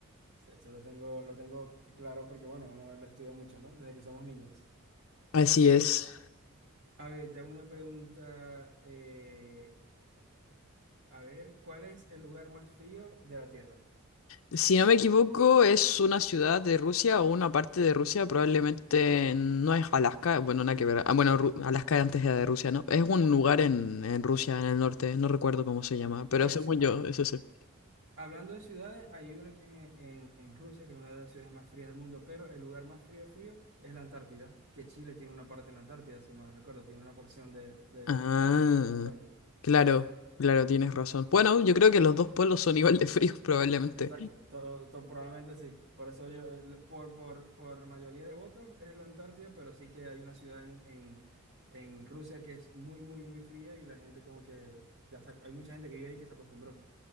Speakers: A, on the right; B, on the left.
A: Sí, eso lo tengo, lo tengo claro porque, bueno, uno lo estudia mucho, ¿no? Desde que somos niños.
B: Así
A: Eh,
B: es.
A: a ver, te hago una pregunta. eh, a ver, ¿cuál es el lugar más frío de la Tierra?
B: Si no me equivoco, es una ciudad de Rusia o una parte de Rusia, probablemente no es Alaska, bueno, nada que ver. Ah, bueno, Ru- Alaska antes era de Rusia, ¿no? Es un lugar en, en Rusia, en el norte, no recuerdo cómo se llama, pero
A: Pues
B: según
A: hay,
B: yo, es ese.
A: Hablando de ciudades, hay una que en, en- en Rusia, que es una de las ciudades más frías del mundo, pero el lugar más frío, frío es la Antártida, que Chile tiene una parte en la Antártida, si mal no recuerdo, tiene una porción de, de-
B: Ah,
A: de- de la Antártida.
B: claro, claro, tienes razón. Bueno, yo creo que los dos pueblos son igual de fríos, <laughs> probablemente.
A: Exacto, to- to- probablemente sí. Por eso yo, eh, lo- por, por, por mayoría de votos es la Antártida, pero sí que hay una ciudad en, en, en Rusia que es muy, muy, muy fría y la gente como que, ya se- hay mucha gente que vive ahí que se acostumbró.